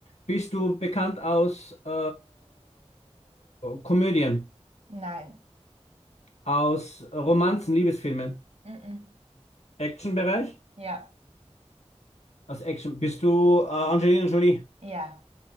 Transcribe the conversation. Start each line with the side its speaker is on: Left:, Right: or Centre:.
Left: Bist du bekannt aus äh, Komödien,
Right: Nein.
Left: aus Romanzen, Liebesfilmen,
Right: Mhm.
Left: Actionbereich?
Right: Ja,
Left: Als Action. Bist du äh, Angelina Jolie?
Right: ja.